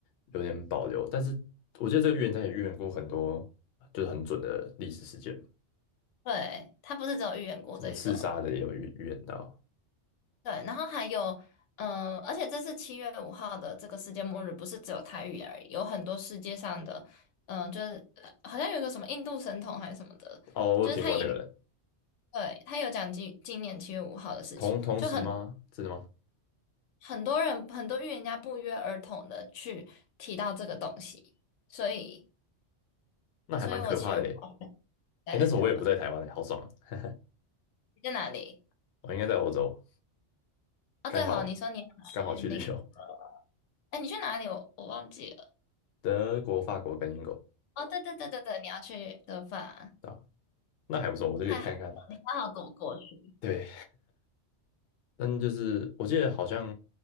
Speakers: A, on the left; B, on the left.
A: 有点保留，但是我觉得这个预言家也预言过很多，就是很准的历史事件，
B: 对，他不是只有预言过这个，
A: 什么刺杀的也有预预言到，
B: 对，然后还有，嗯、而且这次七月五号的这个世界末日，不是只有它预言而已，有很多世界上的，嗯、就是呃好像有一个什么印度神童还是什么的，
A: 哦，我有听过那个人。
B: 就是他也对他有讲今今年七月五号的事情，
A: 同同时吗？
B: 就很。
A: 真的吗？
B: 很多人很多预言家不约而同的去提到这个东西，所以，
A: 那还蛮可怕的欸诶。
B: 所以我其实我待在台湾，
A: 哎，那时候我也不在台湾诶，好爽啊！
B: 你在哪里？
A: 我应该在欧洲，
B: 哦，
A: 刚好啊
B: 对吼，你说你要去那个，
A: 刚好去旅游，
B: 哎，你去哪里？我我忘记了。
A: 德国、法国跟英国
B: 哦，对对对对对，你要去德法，
A: 啊，那还不错，我就可以看看。
B: 还刚好跟我过去。
A: 对，但就是我记得好像